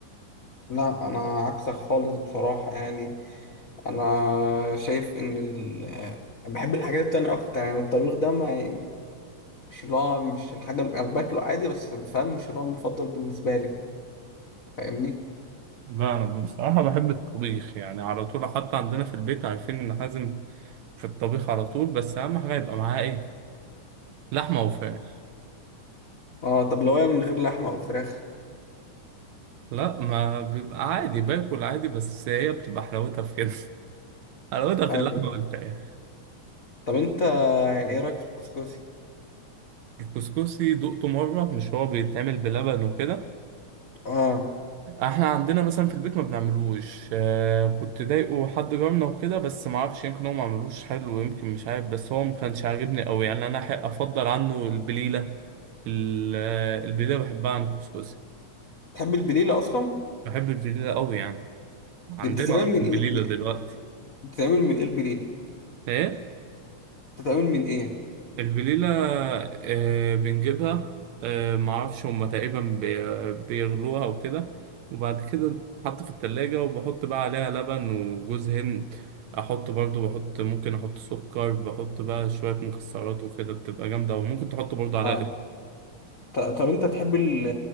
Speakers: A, on the left; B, on the right.
A: لا انا عكسك خالص بصراحة يعني انا شايف ان ال... آه، بحب الحاجات التانية اكتر يعني الطبيخ ده ما يعني مش اللي هو مش الحاجة اللي أنا باكله عادي بس فاهم مش اللي هو المفضل بالنسبة لي فاهمني
B: لا انا بصراحه بحب الطبيخ يعني على طول حتى عندنا في البيت عارفين ان حازم في الطبيخ على طول بس اهم حاجه يبقى معاه ايه لحمه وفراخ
A: اه طب لو هي من غير لحمة او فراخ
B: لا ما بيبقى عادي باكل عادي بس هي بتبقى حلاوتها في كده <laughs> حلاوتها في
A: ايوه
B: اللحمه والفراخ
A: طب انت يعني ايه رأيك في الكسكسي
B: الكسكسي دقته مره مش هو بيتعمل بلبن وكده
A: اه
B: احنا عندنا مثلا في البيت ما بنعملوش آه كنت ضايقه حد جارنا وكده بس ما اعرفش يمكن هو ما عملوش حلو يمكن مش عارف بس هو ما كانش عاجبني قوي يعني انا حق افضل عنه البليله ال- آه، البليله بحبها عن الكسكسي
A: تحب البليلة اصلا
B: بحب البليله قوي يعني عندنا
A: دي بتتعمل
B: اصلا
A: من ايه
B: بليله دلوقتي
A: بتتعمل من ايه البليلة
B: ايه
A: بتتعمل من ايه يعني؟
B: الفليلة آه، بنجيبها آه، معرفش هما تقريبا بي- بيغلوها وكده وبعد كده بتتحط في التلاجة وبحط بقى عليها لبن وجوز هند أحط برضو بحط ممكن أحط سكر بحط بقى شوية مكسرات وكده بتبقى جامدة وممكن تحط برضو عليها
A: اه
B: قشطة
A: ط- طب انت تحب ال-